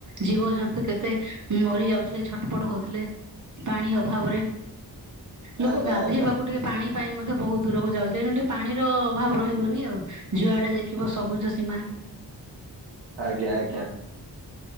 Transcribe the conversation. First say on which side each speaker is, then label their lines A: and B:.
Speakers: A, on the right; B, on the right.
A: ଜୀବଜନ୍ତୁ କେତେ ମରି ଯାଉଥିଲେ ଛଟପଟ ହଉଥିଲେ ପାଣି ଅଭାବରେ ଲୋକ
B: ଆଜ୍ଞା
A: ଗାଧୋଇବାକୁ
B: ଆଜ୍ଞା
A: ଟିକେ ପାଣି ପାଇଁ ମଧ୍ୟ ବହୁତ୍ ଦୂରକୁ ଯାଉଥିଲେ ଏଇନା ଟିକେ ପାଣିର ଅଭାବ ରହି ବନି ଆଉ ଜୁଆଡ଼େ ଦେଖିବ ସବୁଜ ସୀମା
B: ଆଜ୍ଞା ଆଜ୍ଞା।